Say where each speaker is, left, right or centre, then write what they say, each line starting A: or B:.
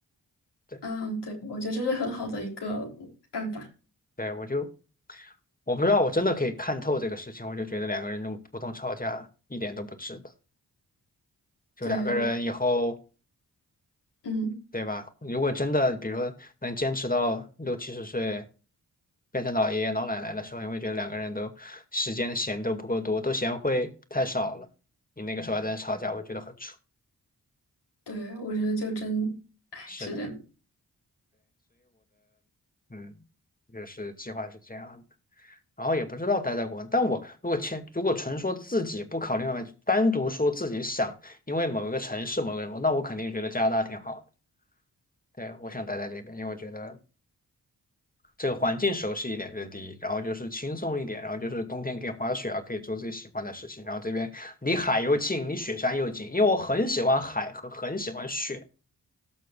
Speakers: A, on the left (about 20°); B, on the left (about 85°).
A: 对，
B: 嗯，对，我觉得这是很好的一个办法。
A: 对，我就我不知道，我真的可以看透这个事情，我就觉得两个人这么普通吵架一点都不值得。就两个人以后，
B: 对，我，嗯，
A: 对吧？如果真的，比如说能坚持到六七十岁，变成老爷爷老奶奶的时候，你会觉得两个人都时间闲都不够多，都嫌会太少了。你那个时候还在那吵架，我觉得很蠢。
B: 对，我觉得就真，哎，
A: 是的，
B: 是这样。
A: 嗯，就是计划是这样的。然后也不知道待在国内。但我如果签，如果纯说自己不考虑外卖，单独说自己想，因为某一个城市、某个人，那我肯定觉得加拿大挺好的。对，我想待在这边，因为我觉得这个环境熟悉一点，这是第一，然后就是轻松一点，然后就是冬天可以滑雪啊，可以做自己喜欢的事情，然后这边离海又近，离雪山又近，因为我很喜欢海和很喜欢雪，